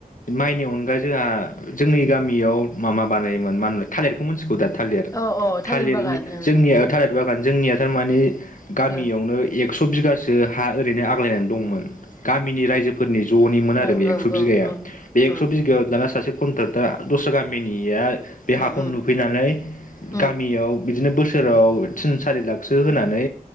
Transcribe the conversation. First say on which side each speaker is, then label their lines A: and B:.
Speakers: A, on the left; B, on the left.
A: माइनि अनगा जोंहा जोंनि गामियाव माबा बानायोमोन मा होनोमोनलाय थालिरखौ मिथिगौ दा थालिर
B: औ औ थालिर
A: थालिरनि
B: बागान ओं
A: जोंनिया थालिर बागान जोंनिया थारमानि गामियावनो
B: उम
A: एक्स' बिगासो हा ओरैनो आग्लायनानै दंमोन गामिनि राइजो फोरनि जनिमोन आरो
B: ओ उम
A: बे
B: उम
A: एक्स
B: ओं
A: बिगाया
B: ओं
A: बे एकस'
B: ओं
A: बि दाना सासे कनथ्राकथारा दस्रा गामिनिया
B: उम
A: बे हाखौ नुफैनानै
B: उम
A: गामियाव बिदिनो बोसोराव थिन सारि लाखसो होनानै